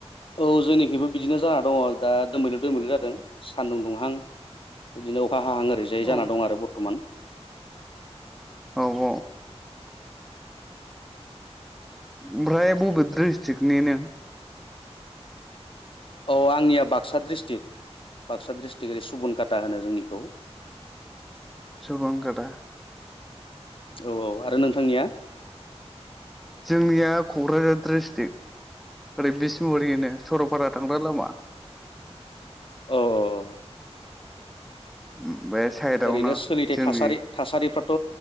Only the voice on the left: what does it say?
औ जोंनिखिबो बिदिनो जाना दङ दा दोमैलु दोमैलु जादों सान्दुं दुंहां बिदिनो फाहांहां ओरैजायै
जाना दं आरो बरथमान
औ आंनिया बाक्सा डिस्ट्रिक्ट बाक्सा डिस्ट्रिक्ट सुबुन खाता होनो जोंनिखौ
औ औ आरो नोंथांनिया
औ औ
ओरैनो सोलिथाय
थासारि थासारिफ्राथ